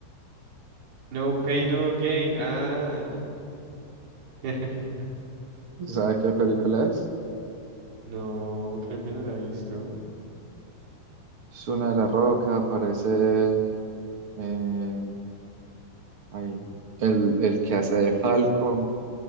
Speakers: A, on the right; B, on the right.
A: No pain, no gain. Ah. <laughs>
B: ¿Sabe qué película es?
A: No, creo que no la he visto.
B: Es una de la Roca, aparece eh, ahí, el, el que hace de Falcon,